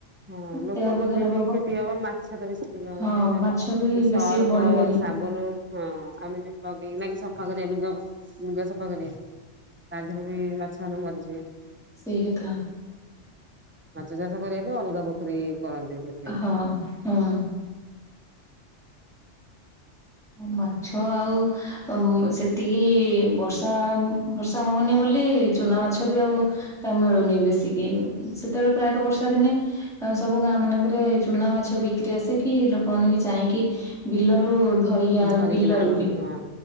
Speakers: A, on the right; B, in the centre.
A: ହଁ ଲୋକଙ୍କର
B: ଦେହ ବି ଖରାପ
A: ଯେତିକି କ୍ଷତି ହବ ମାଛ ର ବି ସେତିକି ହବ
B: ହଁ
A: କାଇଁ ହେଲା
B: ମାଛ ବି
A: ସର୍ପ
B: ବେଶୀ ବଢିବେନି
A: ସା <unintelligible> ହଁ ଆମେ ଯେମିତି ଲଗେଇକିନା ସଫା କରିବା ଲୁଗା ବ ଲୁଗା ସଫା କରିବା ତା ଧେରେ ବି ମାଛ ମାନେ ମରିଯିବେ।
B: ସେଇ କଥା।
A: ମାଛ ଚାଷ କରିବା ପାଇଁ ଅଲଗା ପୋଖରୀ କରନ୍ତି ସେ
B: ହଁ ହୁଁ। ମାଛ ଆଉ ଆଉ ସେତିକି ବର୍ଷା ଫର୍ଷା ହଉନି ବୋଲି ଚୁନା ମାଛ ବି ଆଉ କାଇଁ ମିଳୁନି ବେଶୀକି ସେତେବେଳେ ପ୍ରାୟତଃ ବର୍ଷା ଦିନେ ତ ସବୁ ଗାଁ ମାନଙ୍କରେ ଚୁନା ମାଛ ବିକ୍ରି ଆସେ କିି ଲୋକ ମାନେ ବି ଯାଇକି ବିଲରୁ ଧରିକି
A: କି
B: ଆଣନ୍ତି
A: ଧରିକିନା
B: ବିଲରୁ
A: ଆଣନ୍ତି
B: ବି।
A: ହଁ